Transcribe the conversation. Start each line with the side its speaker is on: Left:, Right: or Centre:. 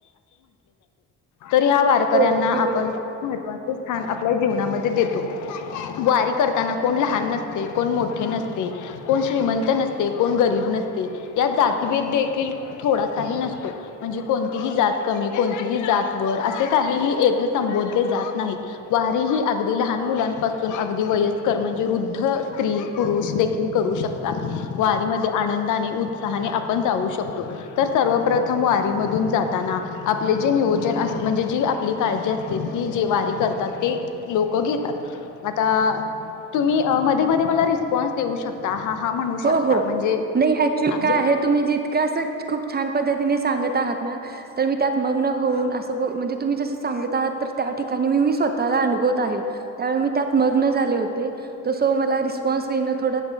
Left: तर ह्या वारकऱ्यांना
Right: हो अगदी
Left: आपण
Right: बरोबर
Left: महत्वाचे स्थान आपल्या जीवनामध्ये देतो वारी करताना कोण लहान नसते कोण मोठे नसते कोण श्रीमंत नसते कोण गरीब नसते या जातीभेद देखील थोडासाही नसतो म्हणजे कोणतीही जात कमी कोणतीही जात वर असे काहीही येथे संबोध रे जात नाही वारी ही अगदी लहान मुलांपासून अगदी वयस्कर म्हणजे वृद्ध स्त्री पुरुष देखील करू शकतात वारी मध्ये आनंदाने उत्साहाने आपण जाऊ शकतो तर सर्वप्रथम वारी मधून जाताना आपले जे नियोजन म्हणजे जी आपली काळजी त जे वारी करतात ते लोक घेतात आता तुम्ही मध्ये मध्ये मला रिस्पॉन्स देऊ शकता हा हा म्हणू
Right: हो
Left: शकता
Right: हो
Left: म्हणजे
Right: नाही ऍक्च्युली
Left: हा
Right: काय
Left: जे
Right: आहे तुम्ही जितक असं खूप छान पद्धतीने सांगत आहात ना तर मी त्यात मग्न होऊन अस म्हणजे तुम्ही जस सांगत आहात तर त्या ठिकाणी मी मी स्वतःला अनुभवत आहे त्या मी त्यात मग्न झाले होते सो मला रिस्पॉन्स देण थोड